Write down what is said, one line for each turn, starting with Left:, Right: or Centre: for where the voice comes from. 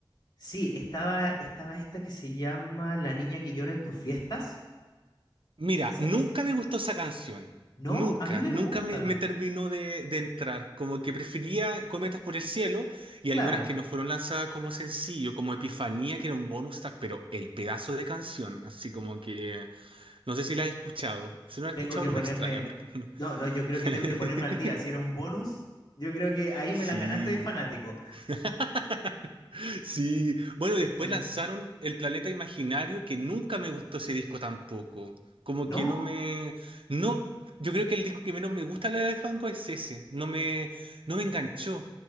Left: Sí, estaba, estaba esta que se llama La niña que llora en tus fiestas.
Right: Mira,
Left: Esa-
Right: nunca
Left: esa-
Right: me gustó esa canción.
Left: No,
Right: Nunca,
Left: a mí me
Right: nunca
Left: gusta.
Right: me, me terminó de, de entrar. Como que prefería Cometas por el Cielo y
Left: Claro,
Right: algunas que no fueron lanzadas como sencillo, como Epifanía, que era un bonus track, pero el pedazo de canción, así como que... No sé si la has escuchado. Si no la has
Left: tengo
Right: escuchado,
Left: que
Right: no
Left: ponerme...
Right: me extraña porque no.
Left: No, no, yo creo
Right: <laughs>
Left: que tengo que ponerme al día. Si era un bonus, yo creo que ahí
Right: Sí.
Left: me la ganaste de fanático.
Right: <laughs> Sí. Bueno,
Left: Creo
Right: después
Left: que es por
Right: lanzaron
Left: eso.
Right: El Planeta Imaginario, que nunca me gustó ese disco tampoco. Como
Left: No.
Right: que no me. No. Yo creo que el disco que menos me gusta la de Hanko es ese. No me. No me enganchó.